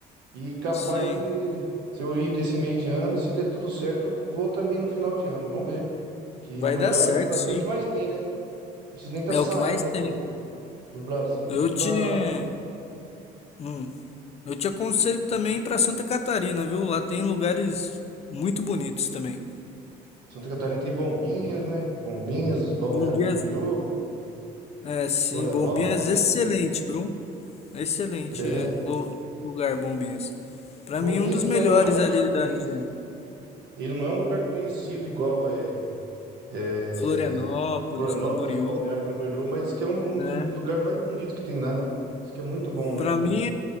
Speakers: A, on the right (about 80°); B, on the left (about 40°).
A: E capaz
B: sim.
A: de, se eu ir desse meio de ano, e se der tudo certo, eu vou também no final de ano. Vamos ver. Que
B: Vai
A: lugares
B: dar certo,
A: no Brasil
B: sim.
A: que mais tem, né? Não precisa nem estar
B: É
A: saindo
B: o que mais tem.
A: do, do Brasil
B: Eu
A: aqui pra
B: te, hum, eu te aconselho também para Santa Catarina, viu? Lá tem lugares muito bonitos também.
A: Santa Catarina tem Bombinhas, né? Bombinhas, Balneário
B: Bombinhas,
A: Camboriú,
B: é sim,
A: Florianópolis.
B: Bombinhas excelente, viu? Excelente
A: É.
B: lu- lugar, Bombinhas. Para
A: Bombinhas,
B: mim um dos
A: então,
B: melhores
A: não é um lugar
B: ali
A: conhecido.
B: da região.
A: Ele não é um lugar conhecido igual é, é,
B: Florianópolis,
A: Florianópolis
B: Camboriú,
A: e Balneário Camboriú, mas diz que é um, um
B: né?
A: dos lugares mais bonitos que tem lá, né? Diz que é muito bom lá.
B: Para mim,